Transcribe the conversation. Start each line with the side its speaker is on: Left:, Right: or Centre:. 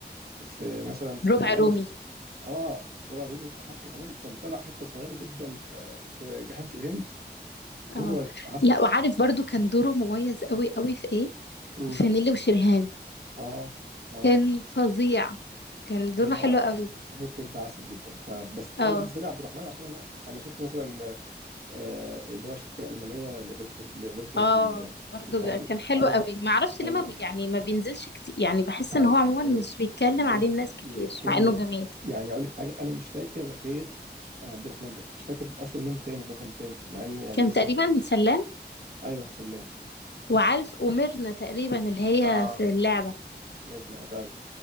Right: في مثلا
Left: ربع
Right: مع
Left: رومي
Right: انه في- اه ربع رومي وحتى كمان كان طلع حته صغيره جدا في في جحيم في الهند
Left: اه
Right: هو عسل
Left: لا وعارف برضو كان دوره مميز قوي قوي في إيه
Right: امم
Left: في نيلي وشريهان
Right: اه اه
Left: كان فظيع كان دوره
Right: هو
Left: حلو قوي
Right: هو بجد عسل جدا فبس
Left: اه
Right: انا بالنسبه لي عبد الرحمن عشان انا انا شفت مثلا آه اللي هو الشركه الالمانيه لاباده لاباده
Left: اه
Right: ال-
Left: برضو
Right: الخوارج
Left: كان حلو
Right: ايوه
Left: قوي ما اعرفش
Right: ايوه
Left: ليه ما بي... يعني ما بينزلش كتير يعني بحس
Right: مش عارف
Left: ان هو عموما
Right: بجد
Left: مش بيتكلم
Right: بس
Left: عليه الناس كتير
Right: كان
Left: مع انه جميل
Right: يعني اقول لك حاجه انا مش فاكر غير عبد الرحمن بس مش فاكر اصلا مين التاني البطل التاني مع انه يعني
Left: كان
Right: نسي
Left: تقريبا سلام
Right: ايوه سلام
Left: وعارف وميرنا تقريبا اللي هي
Right: اه
Left: في اللعبة
Right: ميرنا فعلا